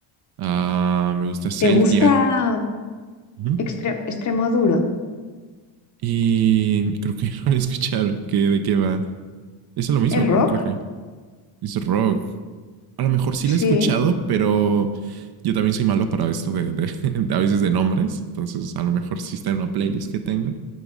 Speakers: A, on the right; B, on the left.
A: Ah, me gusta Celtian.
B: ¿Te gusta
A: Ujú.
B: Extre- Extremoduro?
A: Y creo que <laughs> no lo escucharon, que de qué va. Es lo mismo,
B: ¿Es rock?
A: pero creo que es rock. a lo mejor sí
B: Sí,
A: la he escuchado, pero yo también soy malo para esto de, de, <laughs> de a veces de nombres. Entonces, a lo mejor sí está en una playlist que tengo.